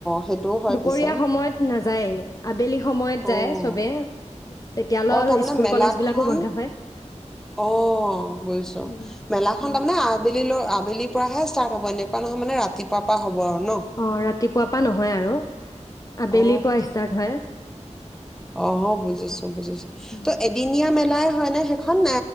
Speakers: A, in the centre; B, on the left (about 30°).
A: সেইটোও হয়
B: দুপৰীয়া
A: পিছে।
B: সময়ত নাযায়, আবেলি সময়ত
A: অ',
B: যায় চবে। তেতিয়ালৈ
A: অ' তাৰমানে
B: স্কুল
A: মেলা
B: কলেজ বিলাকো
A: খন,
B: বন্ধ হয়
A: অ' বুইছ,
B: উম
A: মেলা খন
B: উম
A: তাৰমানে আবে আবেলিলৈ আবেলিৰ পৰা ষ্টাৰ্ট হব, এনেুকুৱা নহয় মানে ৰাতিপুৱা পৰা হব আৰু ন
B: অ' ৰাতিপুৱাৰ পৰা নহয় আৰু আবেলিৰ
A: অ
B: পৰা ষ্টাৰ্ট হয়।
A: অ' বুজিছো বুজিছো,
B: উম,
A: ত এদিনীয়া মেলা লাই হয় নে সেইখন, নে